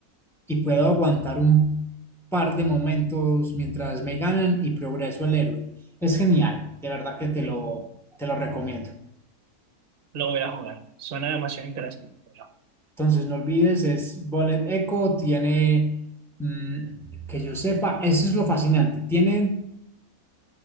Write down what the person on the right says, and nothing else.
Ujú.
Lo voy a jugar. Suena demasiado interesante. Bueno,